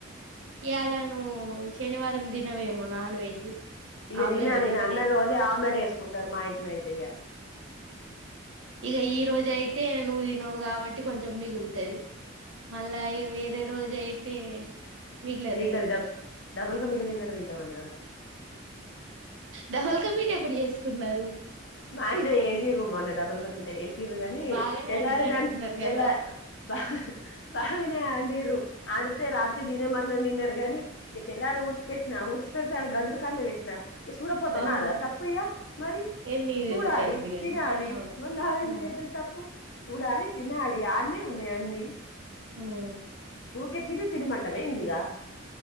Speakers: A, on the right; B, on the left.
A: ఇయాల నువు శనివారం దినవేమో నాన్ వెజ్
B: ఇగ
A: ఆమ్లెట్
B: దినా నేను
A: తినలే
B: అండన్ రోజే ఆమ్లెట్ ఎసుకుంటరు మా ఇంట్ల అయితే ఇగ
A: ఇగ ఈ రోజయితే నువు దినవ్ గవ ట్టి కొంచెం మిగులుతది మళ్ళా ఇగ వేరే రోజయితే మిగలదు
B: మిగిలినది
A: కద
B: డబ్ డబుల్ కమీట తిన్నట్డు తింటం అనా.
A: డబల్ కమీట ఎప్పుడు చేసుకున్నారు.
B: మా ఆయన చేసిండు మొన్న డబల్ క మీఠా చేసిండు కానీ
A: బాగానే
B: తెల్లారేసరి
A: అండినట్టున్నారు గదా!
B: తెల్ల. బాగ బాగనే అండిరు. ఆడితే రాత్రి తినేమన్నా తిన్నరు గాని ఇగ తెల్లారి ఊడ్సి పెట్టినా ఊడ్సి. పెడతాలకే గజులకనే పెట్నా సూడకపోతే
A: అవును.
B: నాద తప్పు ఇగా మరి.
A: ఏ నీదెందుకైద్ది
B: చూడాలి
A: గాని.
B: తినాలి
A: అవును.
B: మరి నాదెందుకైతది
A: ఆ!
B: తప్పు చూడాలి తినాలి ఆన్నే ఉన్. ఉన్నయన్ని.
A: ఉమ్.
B: ఊకే తిను తినమంటమ ఏందిగా.